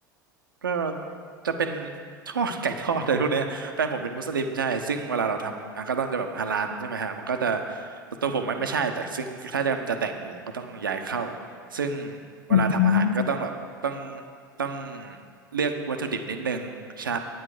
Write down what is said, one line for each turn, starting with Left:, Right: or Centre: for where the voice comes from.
Right: ก็จะเป็น <laughs> ทอดไก่ทอดอะไรพวกเนี้ยแฟนผมเป็นมุสลิมใช่ซึ่งเวลาเราทำอ่ะก็ต้องจะแบบฮาลาลใช่ไหมฮะมันก็จะแต่ตัวผมไม่ไม่ใช่แต่ซึ่งถ้าจะจะแต่งเดี๋ยวผมก็ต้องย้ายเข้าซึ่งเวลาทำอาหารก็ต้องแบบต้อง
Left: อืม
Right: ต้องเลือกวัตถุดิบนิดนึงใช่